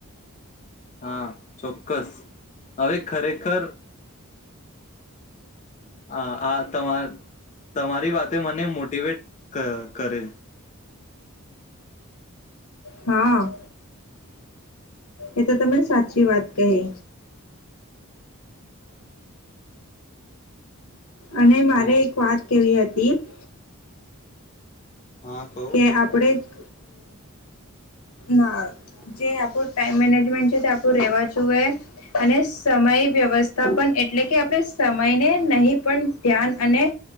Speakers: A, on the left; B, on the left.
A: હા. ચોક્કસ. હવે ખરેખર આ આ તમા તમારી વાતે મને મોટીવેટ ક-ક કરે.
B: હા. એ તો તમે સાચી વાત કહી. અને મારે
A: હા
B: એક વાત કેવી હતી. <unintelligible>
A: હા કહું
B: કે આપડે જ અ ના જે આપણું ટાઈમ મેનેજમેન્ટ છે તે આપું રેવા જોએ. અને સમય વ્યવસ્થાપન એટલે કે આપણે સમયને નહી પણ ધ્યાન અને